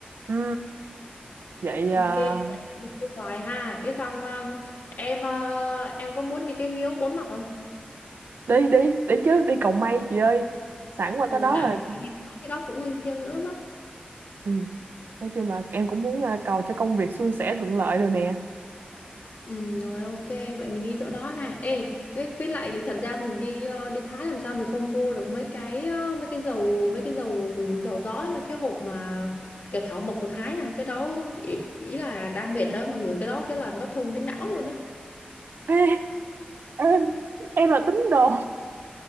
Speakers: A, on the right; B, on the left.
A: ừ vậy
B: ok
A: à,
B: Vậy thì cái xoài ha cái xong um, em uh, em có muốn đi cái miếu bốn mặt không
A: đi đi đi chứ đi cầu may chị ơi sẵn qua
B: ừ,
A: tới đó
B: tại
A: rồi
B: vì chị nghe nói cái đó cũng linh thiêng nữa mà
A: ừ. nói chung là em cũng muốn à, cầu cho công việc suôn sẻ thuận lợi rồi nè
B: ừ, rồi ok vậy mình đi chỗ đó ha ê cái với lại thật ra mình đi ờ, đi Thái làm sao mình không mua được mấy cái ờ, mấy cái dầu mấy cái dầu dầu gió ấy, mấy cái hộp mà kiểu thảo mộc của Thái à cái đó ý, ý là đang mệt đó mà người cái đó cái là nó thùng đến não luôn á
A: Ê, em em là tín đồ